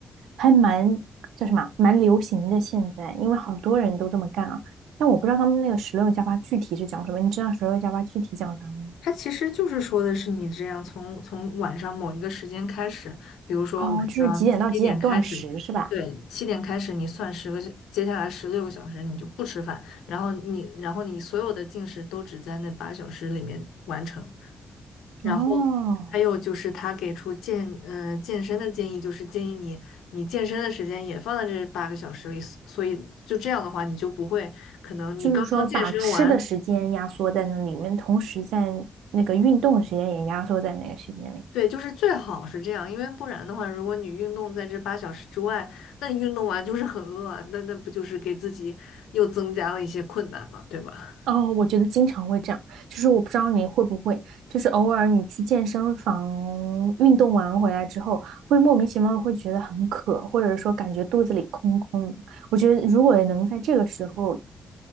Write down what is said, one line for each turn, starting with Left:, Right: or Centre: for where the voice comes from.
Right: 还蛮叫什么啊蛮流行的现在，因为好多人都这么干啊。但我不知道他们那个十六加八具体是讲什么，你知道十六加八具体讲啥吗？
Left: 它其实就是说的是你这样从从晚上某一个时间开始，比如说晚上七点开始，
Right: 哦，就是几点到几点断食是吧？
Left: 对，七点开始你算十个小，接下来十六个小时你就不吃饭，然后你然后你所有的进食都只在那八小时里面完成。然后
Right: 哦，
Left: 还有就是他给出健呃健身的建议，就是建议你你健身的时间也放在这八个小时里，所以就这样的话你就不会可能你刚刚健身完。
Right: 就是说把吃的时间压缩在那里面，同时在那个运动的时间也压缩在那个时间里。
Left: 对，就是最好是这样，因为不然的话，如果你运动在这八小时之外，那你运动完就是很饿啊，那那不就是给自己又增加了一些困难嘛，对吧？
Right: 哦，我觉得经常会这样，就是我不知道你会不会，就是偶尔你去健身房运动完回来之后，会莫名其妙会觉得很渴，或者说感觉肚子里空空的。我觉得如果能在这个时候